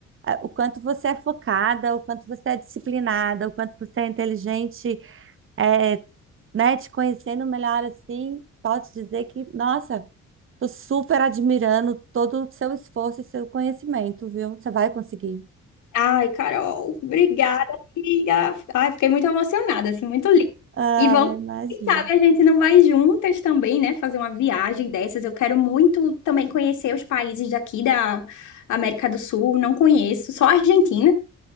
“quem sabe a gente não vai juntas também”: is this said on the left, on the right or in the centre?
Left